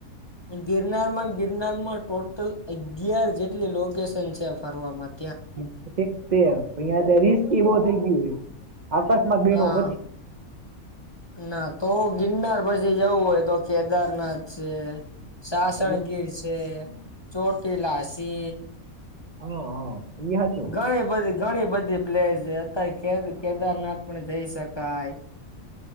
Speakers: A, on the left; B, on the right.
A: ગિરનાર માં ગિરનાર માં ટોટલ અગિયાર જેટલી લોકેશન છે ફરવા માટે
B: <unintelligible> એ બો થઈ ગયું આ બસ
A: હા.
B: <inaudible>
A: ના તો ગિરનાર પછી જવું હોય તો કેદારનાથ છે. સાસણગીર
B: હા
A: છે ચોટીલા છે.
B: હા હા. એ સાચું
A: ઘણી બધી ઘણી બધી પ્લેસ છે અત્યારે કેદારનાથ પણ જઈ શકાય.